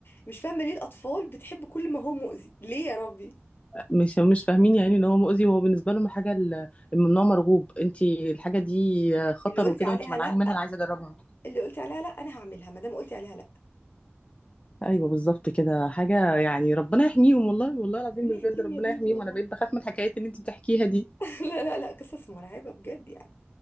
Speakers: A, on the left; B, on the left.
A: مش فاهمه ليه الاطفال بتحب كل ما هو مؤذي ليه يا ربي
B: مش مش فاهمين يعني ان هو مؤذي وهو بالنسبه لهم الحاجه ال- الممنوع مرغوب انت الحاجه دي خطر
A: اللي قلتي
B: وكده
A: عليها
B: وانت منعاني
A: لا
B: منها انا عايزه اجربها
A: اللي قلتي عليها لا انا هعملها ما دام قلتي عليها لا
B: ايوه بالظبط كده حاجه يعني ربنا يحميهم والله والله العظيم
A: ربنا
B: بجد
A: يهديهم
B: ربنا
A: يا بنتي
B: يحميهم
A: والله
B: انا بقيت بخاف من الحكايات اللي انت بتحكيها دي
A: <laughs> لا لا لا قصص مرعبه بجد يعني